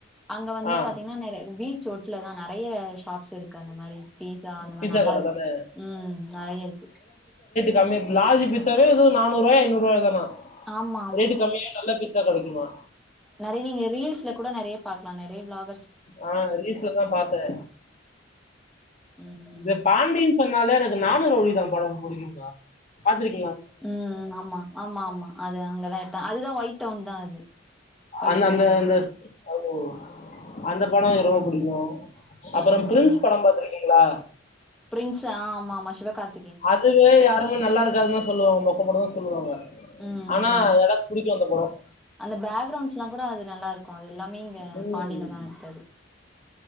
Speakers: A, in the centre; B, on the left.
A: அங்க வந்து
B: ஆ
A: பாத்தீங்கன்னா நெறய பீச் ஓட்ல தா நெறய ஷாப்ஸ் இரு க்கு அந்த மாரி பீஸா அந்த
B: பீட்சா
A: மாரி நல்லா
B: கடை
A: இருக்கு
B: தானே
A: ம் நெறய இருக்கு
B: கமிம்ய லார்ஜ் பீட்ஸாவே நாநூறு ஐநூறுவாதான
A: ஆமா
B: ரேட்டு கம்மிய நல்லா தி இத்தா கேடைக்குமா
A: நெறய் நீங்க ரீல்ஸ்ல கூட நெறைய பாக்கலா நெறய விளாகர்
B: ஆ ரீல்ஸ்லதா பாத்தே
A: ம்
B: த பாண்டினு சொன்னாலே எனக்கு நானு ரௌடிதா படம் குடியுங்க பாத்ருக்கே
A: உம் ஆமா-ஆமா-ஆமா அது அங்கதா எடுத்த அதுதா ஒயிட் டவுன் தா அது ஒயிட்
B: அந்த-அந்த-அந்த
A: டவுன் தா
B: ஆ <unintelligible> அந்த பட எனக்கு ரொம்ப
A: ம்
B: புடிக்கு அப்ற
A: ம் ம்
B: பிரின்ஸ் படம் பாத்ருக்கே லா
A: பிரின்ஸ் ஆ ஆமா-ஆமா சிவகார்த்தி
B: அதுவே யாருமே நல்லா இருக்காது தா சொல்லுவாங்கோ அந்த படம் தா சொல்லுவாங்க
A: ம்
B: ஆனா
A: ம்
B: எனக்கு புடிக்கு அந்த படம்
A: அந்த பேக்ரவுண்ஸ்லா கூட அது நல்லா இருக்கு அது எல்லாமே இங்க
B: உம்
A: பாண்டியில தா எடுத்தது